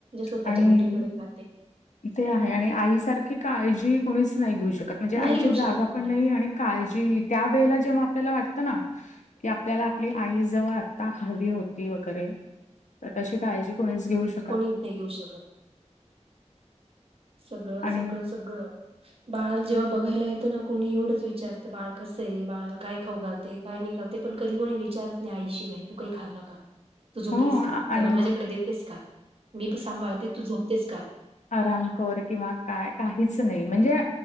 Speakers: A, on the right; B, on the left.
A: स्वतःच्या
B: आणि
A: मुलीकडे पाहते.
B: ते आहे आणि आईसारखी का काळजी कोणीच नाही घेऊ शकत म्हणजे आईची
A: नाही घेऊ
B: जागा
A: शकत कोणी.
B: पण नाही आणि काळजी त्या वेळेला जेव्हा आपल्याला वाटतं ना कि आपल्याला आपली आई जवळ आत्ता हवी होती वगैरे तशी काळजी कोणीच घेऊ शक
A: कोणीच नाही घेऊ शकत सगळं
B: आणि
A: सगळं सगळं बाळ जेव्हा बघायला येत ना कोणी एवढंच विचारतं बाळ कसं आहे बाळा काय खाऊ घालते काही नाही करते पण कधी कोणी विचारत नाही आईशिवाय तू काही खाल्लं का तू झोपलीस
B: हो
A: का त्याला
B: आणि
A: माझ्याकडे देतेस का मी त सांभाळते तू झोपतेस का
B: आराम कर किंवा काय काहीच नाही म्हणजे